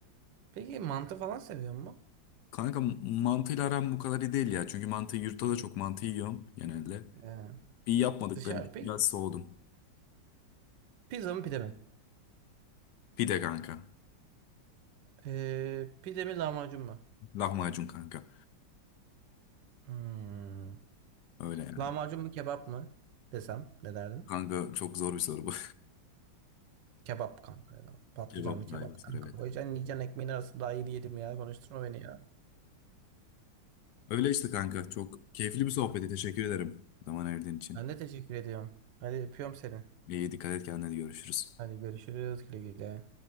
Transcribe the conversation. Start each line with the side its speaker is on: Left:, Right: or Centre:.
Right: peki mantı falan seviyor mu?
Left: Kanka mantıyla aram bu kadar iyi değil ya. Çünkü mantıyı yurtta da çok mantı yiyorum genelde.
Right: Ee,
Left: Bir yapmadıkları
Right: dışarı
Left: için
Right: peki
Left: biraz soğudum.
Right: pizza mı pide mi?
Left: Pide kanka.
Right: Ee, pide mi lahmacun mu?
Left: Lahmacun kanka.
Right: Hmm.
Left: Öyle yani.
Right: Lahmacun mu kebap mı desem ne derdin?
Left: Kanka çok zor bir soru bu.
Right: Kebap kanka ya.
Left: <laughs>
Right: Patlıcanlı
Left: Kebap
Right: kebap
Left: galiba soru
Right: kanka.
Left: evet.
Right: Koyacaksın yiyeceksin ekmeğin arasında daha iyi yedim ya. Konuşturma beni ya.
Left: Öyle işte kanka. Çok keyifli bir sohbetti. Teşekkür ederim zaman ayırdığın için.
Right: Ben de teşekkür ediyorum. Hadi öpüyorum seni.
Left: İyi dikkat et kendine görüşürüz.
Right: Hadi görüşürüz güle güle.